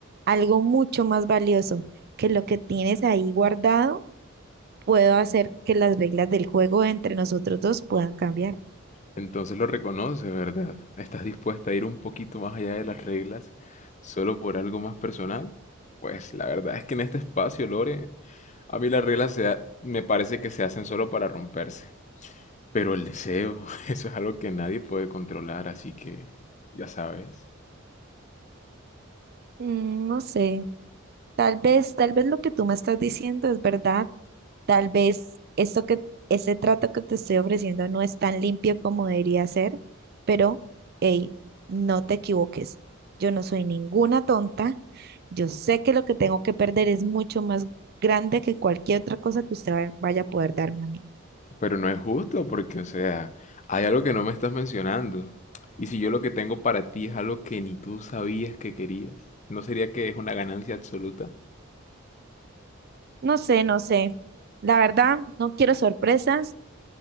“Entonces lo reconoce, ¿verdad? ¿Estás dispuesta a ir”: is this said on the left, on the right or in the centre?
Left